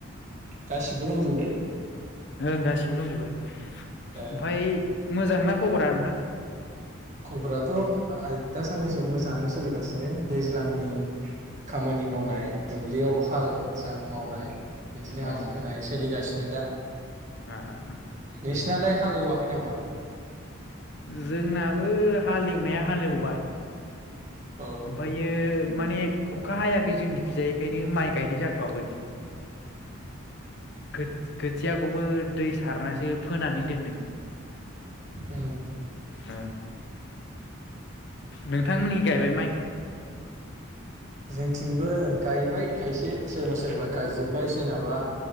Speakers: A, on the right; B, on the left.
A: गासिबो दंजोबो
B: ओं गासिबो दंजोबो। ओमफाय
A: ए
B: मोजां ना खबरा नोंथां?
A: खबराथ आहा दा साननैसो मोजाङानो सोलिगासिनो दैज्लांनि खामानि मावनाय दुब्लियाव हाल जा मावनाय बिदिनो
B: अ
A: आलि खोनाय सोलिगासि नै दा
B: आ आ आ
A: नोंसिनालाय
B: दे दे।
A: हालेवाखै नामा
B: जोंनाबो हालेवनाया हालेवबाय
A: औ ओ
B: ओमफायो माने अखा हायाखै जोंनिखैजाय इखायनो माइ गायनाय जाथवाखै। खोथ-खोथियाखौबो दै सारनासो फोनानै दोनदों ।
A: उम
B: ओं नोंथांमोननि गायबाय माय खौ
A: जोंथिंबो गायबाय खायसे सोरबा सोरबा गायजोब्बाय सोरनाबा